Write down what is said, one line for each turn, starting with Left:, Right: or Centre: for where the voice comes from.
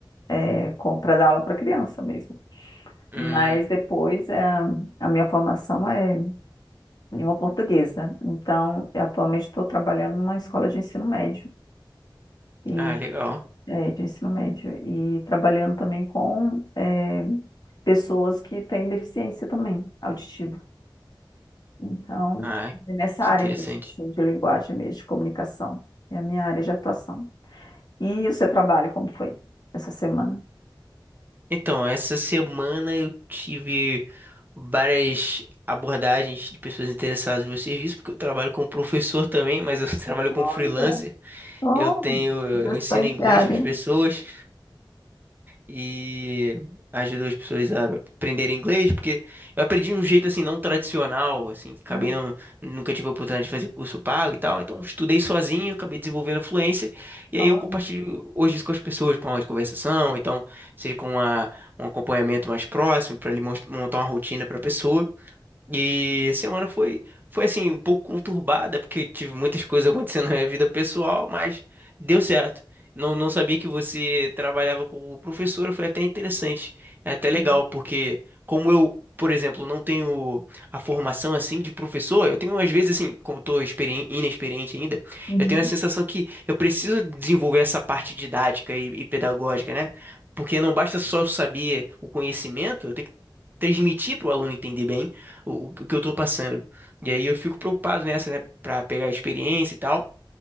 Left: é, para dar aula para criança mesmo.
Right: Hum,
Left: Mas depois é, a minha formação é língua portuguesa. Então, eu atualmente estou trabalhando numa escola de ensino médio. e
Right: ah, legal.
Left: médio, ensino médio, e trabalhando também com eh, pessoas que têm deficiência também auditiva. Então,
Right: Ah,
Left: é nessa
Right: que
Left: área
Right: interessante.
Left: mesmo, assim, de linguagem mesmo, de comunicação, é a minha área de atuação. E o seu trabalho, como foi essa semana?
Right: Então, essa semana eu tive várias abordagens de pessoas interessadas no meu serviço, porque eu trabalho como professor também, mas eu <laughs> trabalho como
Left: Olha,
Right: freelancer.
Left: só
Right: Eu tenho, eu
Left: bastante
Right: ensino inglês
Left: área.
Right: para as pessoas. e ajudou as pessoas a aprenderem inglês, porque eu aprendi de um jeito assim não tradicional, assim, acabei
Left: Ah,
Right: não, nunca tive a oportunidade de fazer curso pago e tal, então estudei sozinho, acabei desenvolvendo a fluência, e
Left: olha.
Right: aí eu compartilho hoje isso com as pessoas, com aula de conversação, então seja com a- um acompanhamento mais próximo, para ele mos- montar uma rotina para a pessoa e a semana foi, foi assim, um pouco conturbada, porque tive muitas coisas acontecendo <laughs> na minha vida pessoal, mas deu certo. Não, não sabia que você trabalhava como professora, foi até interessante, é até legal,
Left: Uhum.
Right: porque como eu, por exemplo, não tenho a formação assim de professor, eu tenho às vezes assim, como estou inexperiente ainda,
Left: Uhum.
Right: eu tenho a sensação que eu preciso desenvolver essa parte didática e, e pedagógica, né? Porque não basta só eu saber o conhecimento, eu tenho que transmitir para o aluno entender bem o, o que eu tô passando. E aí eu fico preocupado nessa, né, pra pegar experiência e tal,